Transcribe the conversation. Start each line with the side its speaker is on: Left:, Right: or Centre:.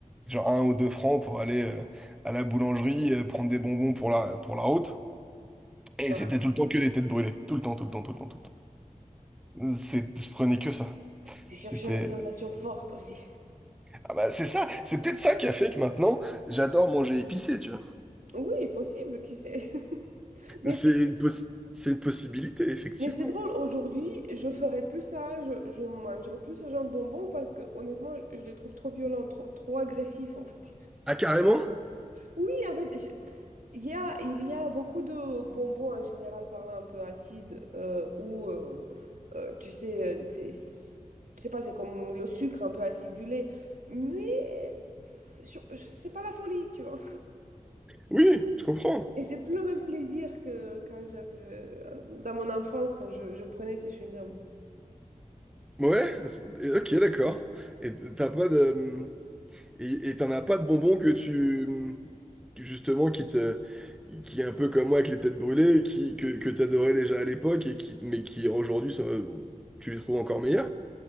Centre: genre un ou deux francs pour aller euh, à la boulangerie, euh, prendre des bonbons pour la, pour la route. Et
Right: Ah,
Centre: c'était tout le temps que des têtes brûlées. Tout le temps, tout le temps, tout le temps, tout le temps. C'est, je prenais que ça.
Right: Tu cherchais
Centre: C'était...
Right: les sensations fortes aussi.
Centre: Ah bah c'est ça, c'est peut-être ça qui a fait que maintenant, j'adore manger épicé, tu vois.
Right: Oui, possible, qui sait. <laughs> Mais
Centre: C'est
Right: c'est
Centre: une, poss- c'est une possibilité, effectivement.
Right: mais c'est drôle, aujourd'hui, je ferais plus ça, je, je mangerais plus ce genre de bonbons parce que honnêtement, je les trouve trop violents, trop, trop agressifs en fait.
Centre: Ah, carrément?
Right: Oui, en fait, je- il y a, il y a beaucoup de bonbons en général parlant un peu acides euh, ou, euh, euh, tu sais, euh, c'est, c'est- je sais pas, c'est comme le sucre un peu acidulé, mais c'est pas la folie, tu vois.
Centre: Oui, je comprends.
Right: Et c'est plus le même plaisir que quand j'avais, euh, dans mon enfance, quand je, je prenais ces chewing-gums.
Centre: Ouais, et- ok, d'accord. Et t'as pas de... Et et t'en as pas de bonbons que tu... que Justement, qui te... qui est un peu comme moi avec les têtes brûlées, qui... que, que t'adorais déjà à l'époque, et qui... mais qui aujourd'hui, ça- tu les trouves encore meilleurs?